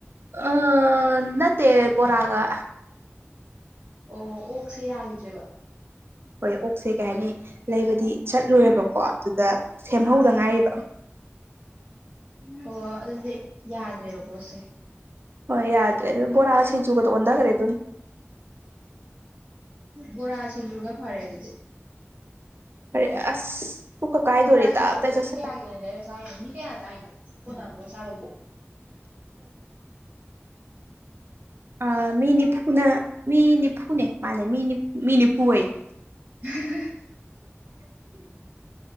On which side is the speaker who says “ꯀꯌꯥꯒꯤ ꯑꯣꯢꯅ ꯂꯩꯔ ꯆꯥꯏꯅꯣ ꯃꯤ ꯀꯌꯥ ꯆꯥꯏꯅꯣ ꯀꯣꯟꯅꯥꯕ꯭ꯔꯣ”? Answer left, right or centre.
Right